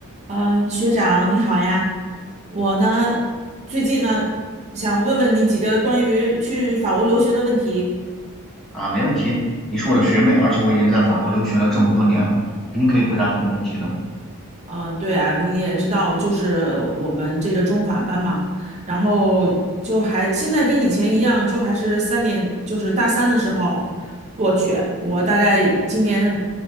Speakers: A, on the right; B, in the centre.
A: 嗯，学长你好呀，我呢最近呢想问问你几个关于去法国留学的问题。
B: 啊，没问题，你是我的学妹，而且我已经在法国留学了这么多年了，肯定可以回答你的问题的。
A: 嗯，对啊，你也知道，就是我们这个中法班嘛，然后就还现在跟以前一样，就还是三年，就是大三的时候过去。我大概今年